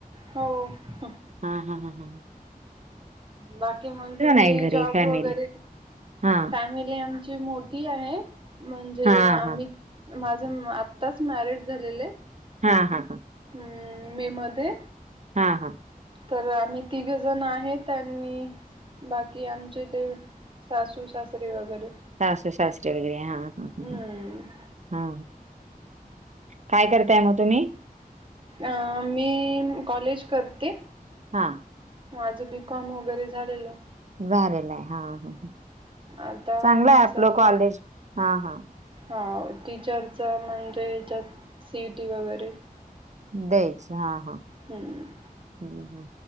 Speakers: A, on the right (about 35°); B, on the right (about 50°).
A: हो
B: हा हा ह हं ह
A: बाकी मग तुम्ही
B: आहे घरी
A: जॉब
B: फॅमिली?
A: वगैरे
B: हा
A: फॅमिली ते आमची मोठी आहे म्हणजे
B: हा
A: आम्ही
B: हा
A: माझं आत्ताच मॅरिज झालेलं आहे
B: हा हा हां
A: हम्म मे मध्ये
B: हां हां
A: तर आम्ही तिघ जण आहेत त्यांनी बाकी आमचे ते सासू सासरे वगैरे
B: सासु सासरे वगैरे हा हा हा.
A: हम्म
B: हा काय करताय मग तुम्ही
A: अ मी कॉलेज करते
B: हा
A: माझं बी कॉम वगैरे झालेलं आहे
B: झालेलं आहे हा
A: आता
B: चांगलंय
A: मी
B: आपलं
A: सध्या
B: कॉलेज हा हा
A: हो टीचरच म्हणजे याज्यात सी ई टी वगैरे
B: द्यायच हा हा
A: हम्म
B: ह ह